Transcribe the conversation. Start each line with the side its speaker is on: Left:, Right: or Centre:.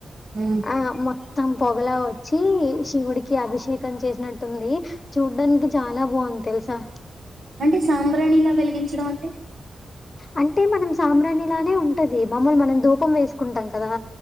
Right: ఉమ్
Left: ఆ మ త్తం పొగలా వచ్చి శివుడికి అభిషేకం చేసినట్టుంది చూడ్డానికి చాలా బావుం తెల్సా
Right: అంటే సాంబ్రాణి లా వెలిగించడం అంటే
Left: అంటే మనం సాంబ్రాణలానే ఉంటది మామూలు మనం ధూపం వేసుకుంటాం కదా